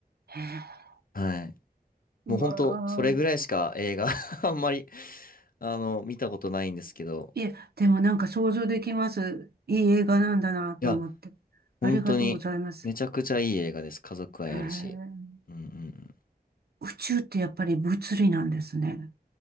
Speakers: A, on the right; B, on the left.
A: へえ。
B: はい。
A: うわあ。
B: もうほんと、それぐらいしか映画 <laughs> あんまり、あの、見たことないんですけど、
A: いえ、でもなんか想像できます。いい映画なんだなと思って。
B: いや、本当に、
A: ありがとうございます。
B: めちゃくちゃいい映画です。家族愛あるし。
A: へえ。
B: うんうんうん。
A: 宇宙ってやっぱり物理なんですね。